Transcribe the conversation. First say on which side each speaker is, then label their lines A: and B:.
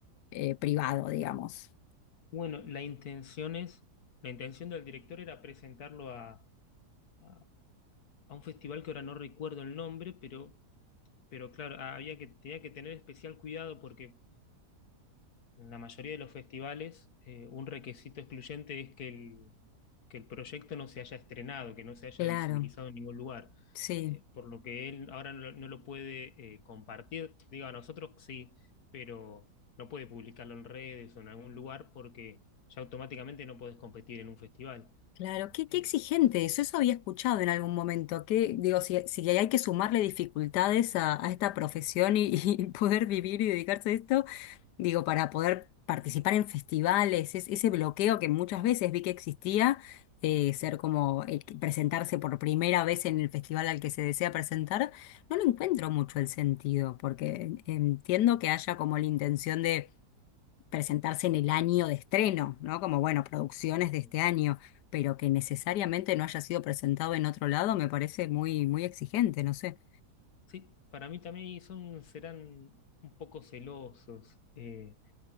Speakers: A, on the left (about 80°); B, on the left (about 65°).
A: eh, privado, digamos?
B: Bueno, la intención es, la intención del director era presentarlo a, a- a un festival que ahora no recuerdo el nombre, pero, pero claro, había que, tenía que tener especial cuidado porque en la mayoría de los festivales, eh, un requisito excluyente es que el, que el proyecto no se haya estrenado, que no se haya
A: Claro,
B: visibilizado en ningún lugar.
A: sí.
B: Eh, por lo que él ahora no, lo- no lo puede eh, compartir, digo, a nosotros sí, pero no puede publicarlo en redes o en algún lugar porque ya automáticamente no podés competir en un festival.
A: Claro, qué,
B: Eh,
A: qué exigente eso, eso había escuchado en algún momento, que digo, si, si hay que sumarle dificultades a, a esta profesión y, <laughs> y poder vivir y dedicarse a esto, digo, para poder participar en festivales, es- ese bloqueo que muchas veces vi que existía, eh, ser
B: eh,
A: como eh, que presentarse por primera vez en el festival al que se desea presentar, no lo encuentro mucho el sentido, porque entiendo que haya como la intención de presentarse en el año de estreno, ¿no? Como, bueno, producciones de este
B: eh.
A: año, pero que necesariamente no haya sido presentado en otro lado, me parece muy, muy exigente, no sé,
B: sí, para mí también son, serán un poco celosos. eh.